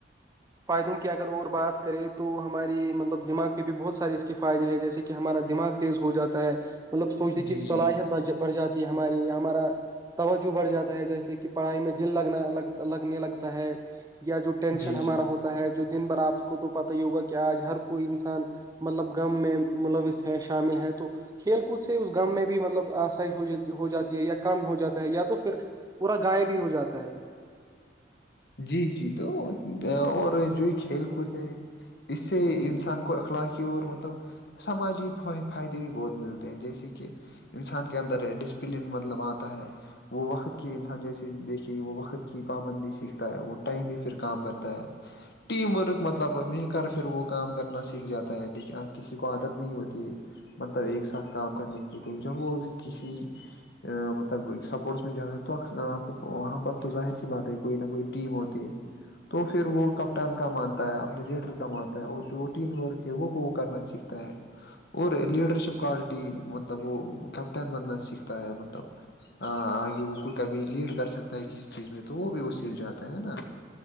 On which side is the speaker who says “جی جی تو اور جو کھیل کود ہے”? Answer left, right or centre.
Left